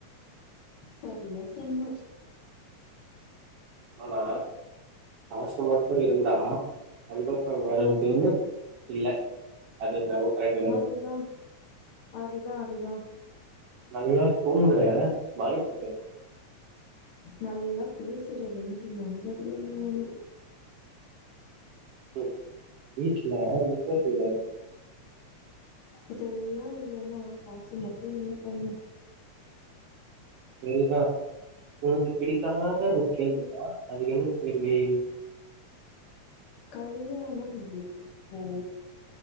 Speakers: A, on the left; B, on the right.
A: செரியா சொன்ன
B: ஆனா காசு மட்டு இருந்தா சந்தோஷோ வரும் தேனே இல்ல அது என்னவோ கரெக்டு தானே
A: அதுதான் அதுதான் அதுதான்
B: நல்லா தூங்குற மனசு வேனு
A: நல்லா பேசுற ரெண்டு நபர்கள் வேணும்
B: உம் வீட்டுல நிம்மதி வேணும்
A: இதெல்லா இல்லைன்னா காசு மட்டும் என்ன பண்ணு
B: சரிதா உனக்கு பிடிக்காத ஒரு கேள்வினா அது என்ன கேள்வி
A: கல்யாணம் எப்போ